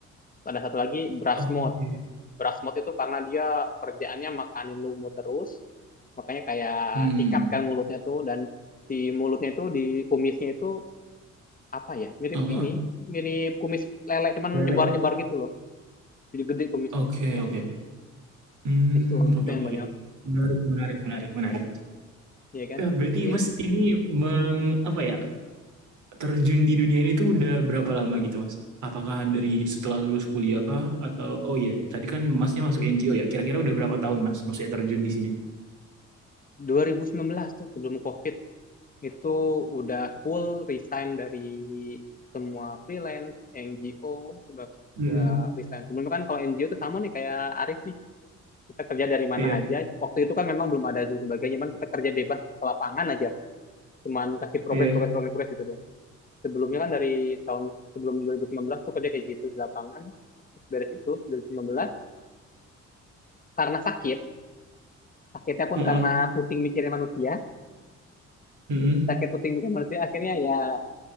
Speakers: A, on the left; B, on the right.
A: Terus ada satu lagi brass
B: Oke.
A: mode. Brass mode itu karena dia kerjaannya makanin lumut terus, makanya kayak
B: Hmm.
A: sikat kan mulutnya tuh dan di mulutnya itu di kumisnya itu apa ya mirip
B: Oh,
A: ini mirip kumis lele cuman
B: Lele,
A: nyebar-nyebar gitu loh jadi gede kumisnya
B: oke, oke. Hmm,
A: itu
B: oke,
A: itu yang
B: oke,
A: banyak
B: oke. menarik, menarik. Menarik, menarik,
A: ya kan
B: Ya, berarti
A: jadi
B: Mas ini
A: hmm,
B: meng apa ya? Terjun di dunia ini tuh udah berapa lama gitu, Mas? Apakah dari setelah lulus kuliah kah atau oh iya, tadi kan Masnya masuk NGO ya. Kira-kira udah berapa tahun, Mas? Maksudnya terjun di sini?
A: 2019 tuh sebelum COVID itu udah full resign dari semua freelance NGO udah
B: Hmm.
A: udah resign sebelumnya kan kalau NGO itu sama nih kayak Arif nih kita kerja dari mana
B: Iya,
A: aja waktu itu kan memang belum ada Zoom sebagainya cuman kita kerja bebas ke lapangan aja cuman kasih progres
B: iya.
A: progres progres progres gitu doang sebelumnya kan dari tahun sebelum 2019 tuh kerja kayak gitu di lapangan Terus beres itu 2019 karena sakit sakitnya pun
B: Heeh.
A: karena pusing mikirin manusia
B: Mhm.
A: sakit pusing mikirin manusia akhirnya ya